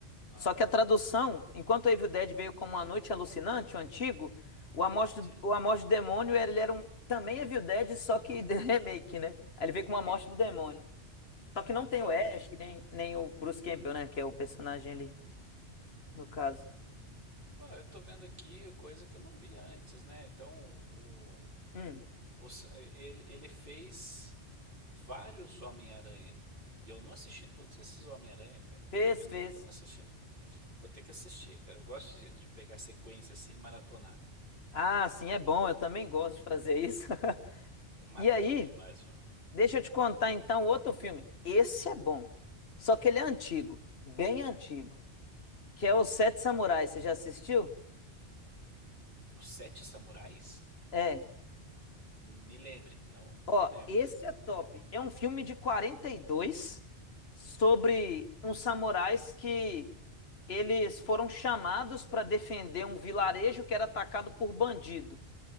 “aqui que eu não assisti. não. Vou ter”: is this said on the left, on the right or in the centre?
Right